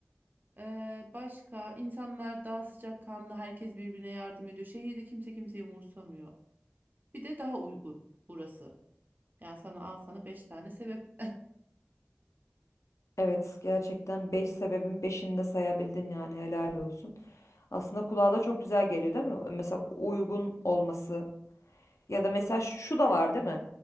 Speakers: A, on the right; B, on the left.
A: E, başka insanlar daha sıcakkanlı, herkes birbirine yardım ediyor. Şehirde kimse kimseyi umursamıyor. Bir de daha uygun burası. Yani sana al sana 5 tane sebep
B: Evet gerçekten 5 sebebin 5'ini de sayabildin yani helal olsun. Aslında kulağa da çok güzel geliyor değil mi? Mesela uygun olması ya da mesela şu da var değil mi?